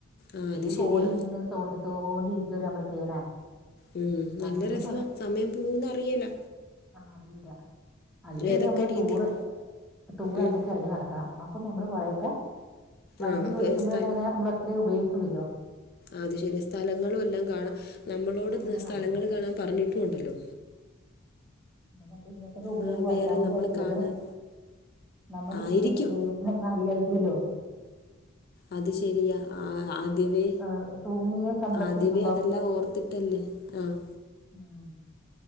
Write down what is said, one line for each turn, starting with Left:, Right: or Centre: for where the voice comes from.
Left: ആഹ് അത്
Centre: ഈ ഫോൺ
Left: ശരിയാ
Centre: ഇങ്ങനെ തോണ്ടി തോണ്ടി ഇരിക്കുവല്ലേ നമ്മള് ചെയ്യണേ
Left: ഉം
Centre: മക്കളെയും
Left: നല്ല രസമാണ് സമയം പോവുന്ന് അറയില്ല
Centre: ആ അറിയില്ല അല്ലെ
Left: ഏതൊക്കെ
Centre: നമ്മള്
Left: രീതിയിൽ
Centre: ടൂറ് ടൂറായിട്ടൊക്കെ
Left: ഉം
Centre: ഇറങ്ങി നടക്കണം അപ്പൊ നമ്മള് കൊറെയൊക്കെ വണ്ടി
Left: ആഹ്
Centre: ഓടിക്കുമ്പോഴൊക്കെ
Left: സ്ഥലം
Centre: അങ്ങനെ നമ്മൾ എത്രയും ഉപയോഗിക്കൂലല്ലോ
Left: അത് ശരി സ്ഥലങ്ങളും എല്ലാം കാണും
Centre: അങ്ങനെ
Left: നമ്മളോട്
Centre: അങ്ങനെ
Left: സ്ഥലങ്ങൾ
Centre: നടക്കണം
Left: കാണാൻ പറഞ്ഞിട്ടുണ്ടല്ലോ
Centre: നമ്മ ഇങ്ങൻത്തൊക്കെ ഉപയോഗം
Left: ആ,
Centre: കുറയ്ക്കാൻ
Left: വേറെ
Centre: വേണ്ടയിരിക്കും
Left: നമ്മൾ
Centre: ഇതൊക്കെ
Left: കാണാൻ
Centre: നമ്മൾ <unintelligible>
Left: ആയിരിക്കും
Centre: ദൈവ എന്ന എന്നറിയായിരിക്കല്ലോ
Left: അത് ശരിയാ ആ ആദ്യവേ
Centre: ഏഹ് ഭൂമിയെ സന്ദർശിക്കുമ്പം
Left: ആദ്യവേ അതെല്ലാം ഓർത്തിട്ടല്ലേ ആഹ്
Centre: ഉം